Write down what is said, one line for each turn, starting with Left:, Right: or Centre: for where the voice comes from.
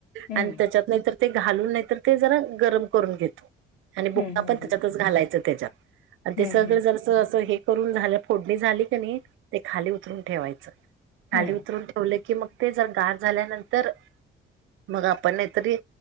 Left: हं,
Right: आणि त्याच्यातं नायतर ते घालून नायतर ते जरा गरम करून घेतो. आणि बुका
Left: हं, हं,
Right: पण त्याच्यातचं
Left: हं,
Right: घालायचं त्याच्यातं आणि
Left: हं,
Right: ते सगळं
Left: हं,
Right: जर चं असं हे करुन झालं फोडनी झाली क नी ते खाली उतरून ठेवायचं खाली
Left: हं,
Right: उतरून ठेवलं की मग ते जरा गार झाल्यानंतर मग आपण नायतरी